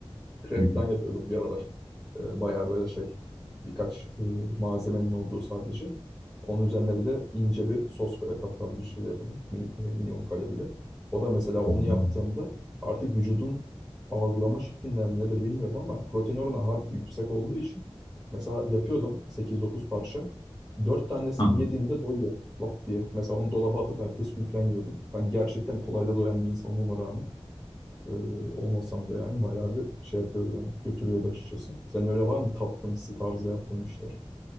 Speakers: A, in the centre; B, on the left.
A: Krep
B: hı, hı.
A: falan yapıyordum bir aralar. E, bayağı böyle şey birkaç e, malzemenin olduğu sadece. Onun üzerine bir de ince bir sos böyle tatlandırıcıyla yapalım. Min, e, minimum kalorili. O da mesela onu
B: Hmm.
A: yaptığımda artık vücudun algılama şeklinden mi nedir bilmiyorum ama protein oranı harbi yüksek olduğu için mesela yapıyordum sekiz dokuz parça. dört tanesini
B: Hı hı.
A: yediğimde doyuyor lap diye. Mesela onu dolaba atıp ertesi gün falan yiyordum. Ben gerçekten kolay da doyan bir insan olmama rağmen. Ee, olmasam da yani bayağı bir şey yapıyordu beni. Götürüyordu açıkçası. Senin öyle var mı? Taptığımız tarzda yaptığın işler.